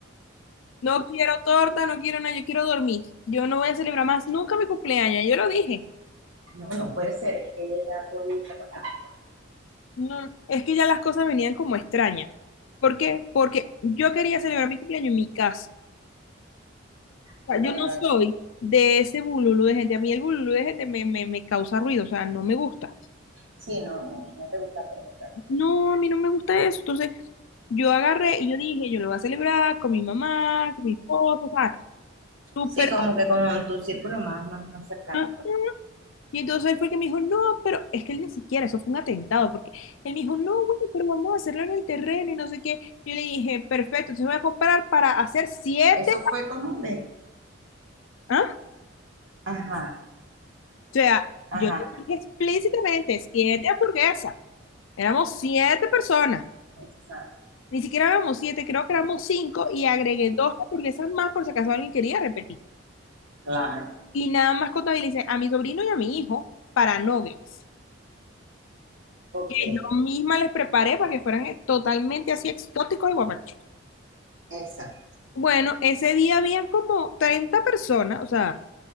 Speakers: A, on the left; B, on the right.
A: No quiero torta, no quiero nada, yo quiero dormir. Yo no voy a celebrar más nunca mi cumpleaños, yo lo dije.
B: No, no puede ser, es que algo ahí está pasando.
A: No, es que ya las cosas venían como extrañas. ¿Por qué? Porque yo quería celebrar mi cumpleaños en mi casa. O
B: Claro.
A: sea, yo no soy de ese bululú de gente. A mí el bululú de gente me, me, me causa ruido, o sea, no me gusta.
B: Sí, no, no, no te gusta conectar.
A: No, a mí no me gusta eso. Entonces, yo agarré y yo dije, yo lo voy a celebrar con mi mamá, con mi esposo, o sea, súper.
B: Sí, como que con tu círculo más, más, más cercano.
A: ah.
B: pues.
A: Y entonces él fue el que me dijo, no, pero es que él ni siquiera, eso fue un atentado, porque él me dijo, no, bueno, pero vamos a hacerlo en el terreno y no sé qué. Yo le dije, perfecto, entonces voy a comprar para hacer siete.
B: Eso fue como me.
A: ¿Ah?
B: Ajá,
A: O sea,
B: ajá,
A: yo le dije explícitamente siete hamburguesas. Éramos siete personas.
B: Exacto.
A: Ni siquiera éramos siete, creo que éramos cinco y agregué dos hamburguesas más por si acaso alguien quería repetir.
B: Claro.
A: Y nada más contabilicé a mi sobrino y a mi hijo para nuggets.
B: ok,
A: Yo misma les preparé para que fueran eh, totalmente así exóticos y guapachos.
B: exacto.
A: Bueno, ese día habían como 30 personas, o sea,